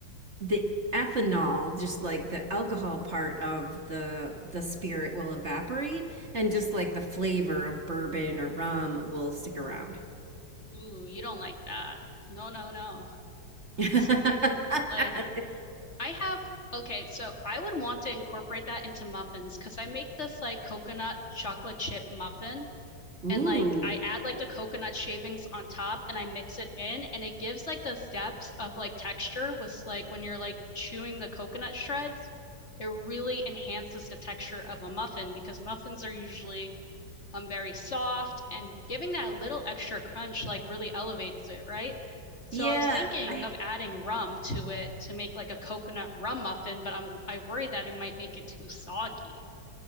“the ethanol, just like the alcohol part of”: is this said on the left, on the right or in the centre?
Right